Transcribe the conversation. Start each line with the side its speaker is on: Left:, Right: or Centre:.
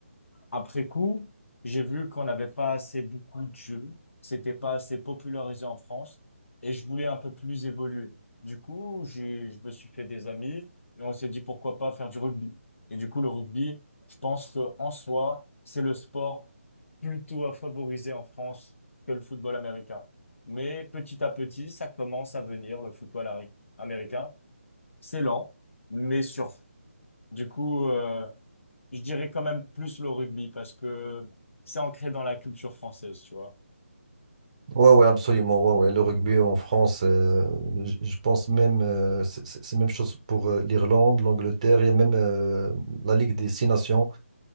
Left: Après coup, j'ai vu qu'on n'avait pas assez beaucoup de jeux, que c'était pas assez popularisé en France, et je voulais un peu plus évoluer. Du coup, j'ai, je me suis fait des amis, et on s'est dit pourquoi pas faire du rugby. Et du coup, le rugby, je pense que en soi, c'est le sport plutôt à favoriser en France que le football américain. Mais petit à petit, ça commence à venir, le football ari- américain. C'est lent, mais sur du coup, euh, je dirais quand même plus le rugby parce que c'est ancré dans la culture française, tu vois.
Right: Ouais, ouais, absolument. Ouais, ouais. Le rugby en France, euh, j- je pense même, euh, c'est c'est- c'est la même chose pour euh, l'Irlande, l'Angleterre. Il y a même euh, la Ligue des Six Nations.